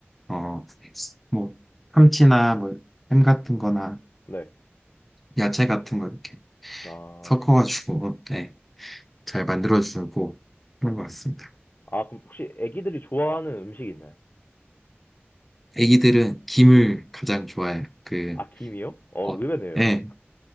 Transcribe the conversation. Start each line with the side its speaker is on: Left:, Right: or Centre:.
Centre: 어, 뭐 참치나 뭐 햄 같은 거나
Left: 네.
Centre: 야채 같은 거 이렇게
Left: 아,
Centre: 섞어가지고, 네, 잘 만들어주고 그런 것 같습니다.
Left: 아 그럼 혹시 애기들이 좋아하는 음식 있나요?
Centre: 애기들은 김을
Left: 네.
Centre: 가장 좋아해요. 그,
Left: 아, 김이요? 어,
Centre: 어,
Left: 의외네요.
Centre: 예,